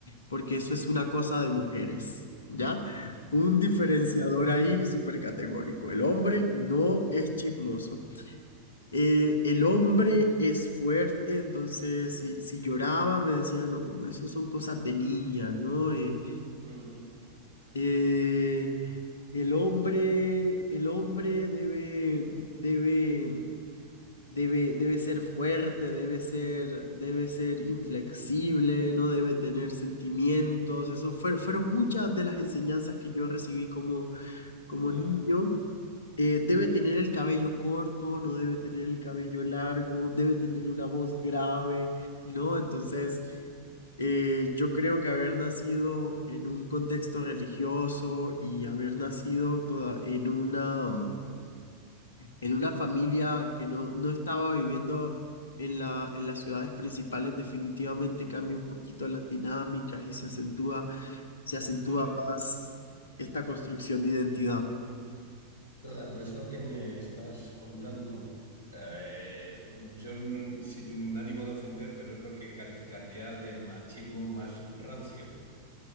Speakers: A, on the left (about 65°); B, on the right (about 90°).
A: porque eso es una cosa de mujeres, ¿ya? Un diferenciador
B: Ujú,
A: ahí súper categórico. El hombre no es chismoso. Eh, el hombre es fuerte, entonces si, si lloraba me decían, no, como eso son cosas de niña, ¿no? Eh,
B: ujú,
A: eh, el hombre, el hombre debe, debe, debe, debe ser fuerte, debe ser, debe ser inflexible, no debe tener sentimientos. Eso fue- fueron muchas de las enseñanzas que yo recibí como, como
B: Ya.
A: niño. Eh, debe tener el cabello corto, no debe tener el cabello largo, debe tener una voz grave, ¿no? Entonces... Eh, yo creo que haber nacido en un contexto religioso y haber nacido toda en una, mm, en una familia que no, no estaba viviendo en la, en las ciudades principales definitivamente cambia un poquito las dinámicas y se acentúa, se acentúa
B: Hombre.
A: más esta construcción de identidad.
B: Claro, eso que me estás contando, eh, yo n- sin ánimo de ofender, pero es lo que calificaría del machismo más rancio,